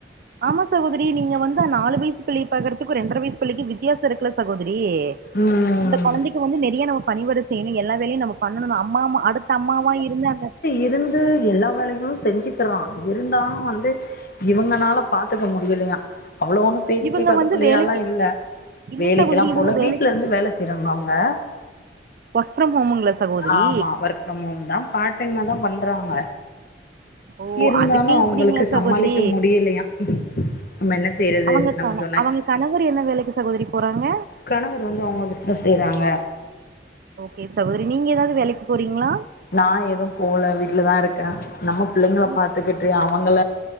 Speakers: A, on the right; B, on the left.
A: ஆமா சகோதரி நீங்க வந்தா நாலு வயிசு பிள்ளைய பாக்குறதுக்கு ரெண்ர வயிசு பிள்ளைக்கு வித் வித்தியாசோ இருக்குல சகோதரி
B: ம்
A: இந்த கொழந்தைக்கு வந்து நெறிய நம்ம பணி விட செய்யணு எல்லா வேலையு நமக் பண்ணனு அம்மமா அடுத்த அம்மாவா இருந்து அந்த
B: இருந் து எல்லா வேலைகளு செஞ்சுக்கிறா இருந்தாலு வந்து இவங்கனால பாத்துக்க முடியலயா அவ்ளோ ஒண்ணு பேச்சு
A: இவங்க
B: கேக்காத
A: வந்து
B: புள்ளையா
A: வேலைக்கு
B: இல்லா இல்ல
A: இல்ல
B: வேலை
A: சகோதரி
B: கெல்லா
A: இவங்க
B: போல
A: வேலைக்கு
B: வீட்ல இருந்து வேல செய் திரும்ப அவ்ங்க
A: ஒர்க் ஃப்ரம் ஹோம்ங்குலா சகோதிரி
B: ஆமா ஒர்க் ஃப்ரம் ஹோம் தா பார் டைமா தா பண்றாங்க
A: ஓ
B: இருந்தாலு
A: அதுக்கே
B: அவங்களுக்கு
A: இப்டிங்களா சகோதரி
B: சமாளிக்க முடியலையா நம்ம என்ன செய்யறது
A: அவங்க
B: நம்ம
A: கண
B: சொன்னா
A: அவங்க கணவர் என்ன வேலைக்கு சகோதரி போறாங்க
B: கணவர் வந்து அவுங்க பிஸ்னஸ் செய்யறாங்க
A: ஓகே சகோதரி நீங்க ஏதாது வேலைக்கு போறீங்களா
B: நா எதும் போல வீட்ல தா இருக்கே நம்ம புள்ளைங்கள
A: உங்க
B: பாத்துக்கிட் அவங்கள